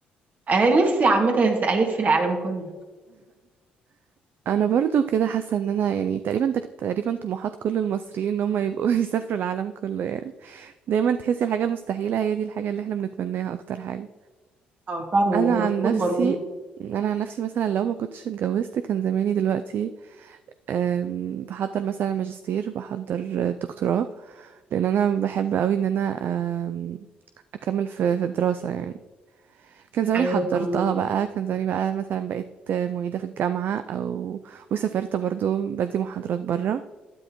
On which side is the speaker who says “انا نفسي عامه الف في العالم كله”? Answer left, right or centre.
Right